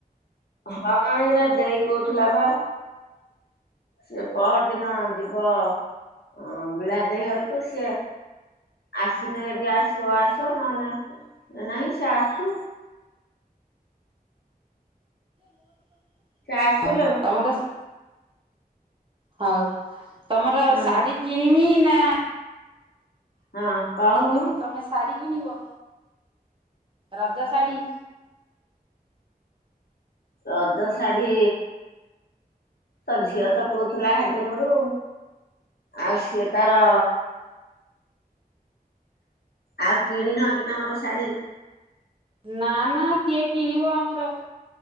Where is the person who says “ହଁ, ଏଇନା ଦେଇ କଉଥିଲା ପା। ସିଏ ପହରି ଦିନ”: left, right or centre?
Left